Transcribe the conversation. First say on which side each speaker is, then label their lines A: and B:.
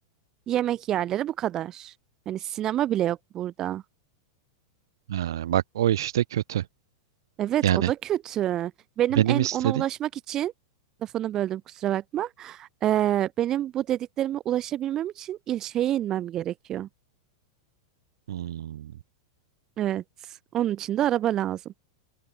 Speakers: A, on the right; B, on the right.
A: yemek yerleri bu kadar. Hani sinema bile yok burada.
B: Ha, bak o işte kötü.
A: Evet
B: Yani
A: o da kötü. Benim
B: benim
A: en
B: istediğim...
A: ona ulaşmak için lafını böldüm kusura bakma. Ee, benim bu dediklerime ulaşabilmem için ilçeye inmem gerekiyor.
B: Hmm.
A: Evet. Onun için de araba lazım.